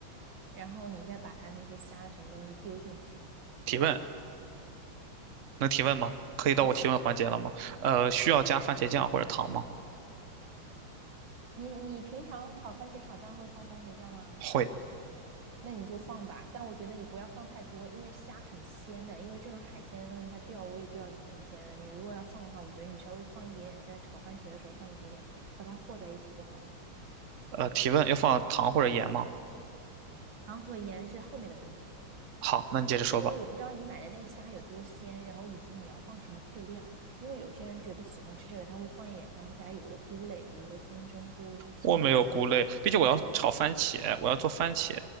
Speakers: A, on the right; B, on the right.
A: 然后你再把它那些虾的什么东西丢进去。
B: 提问能提问吗？可以到我提问环节了吗？
A: 你说呀，
B: 呃，需要加番茄酱或者糖吗？
A: 你你平常炒番茄炒蛋会放番茄酱吗？
B: 会。
A: 那你就放吧，但我觉得你不要放太多，因为虾很鲜的，因为这种海鲜的东西它调味调得挺鲜的。你如果要放的话，我觉得你稍微放一点点，在炒番茄的时候放一点点，和它和在一起就好了。
B: 呃，提问要放糖或者盐吗？
A: 糖和盐是后面的步骤，
B: 好，那你接着说吧。
A: 因为我不知道你买的那个虾有多鲜，然后以及你要放什么配料。因为有些人觉得喜欢吃这个，他会放一点他们家有的菇类，比如说金针菇、杏鲍菇，
B: 我没有菇类，毕竟我要炒番茄，我要做番茄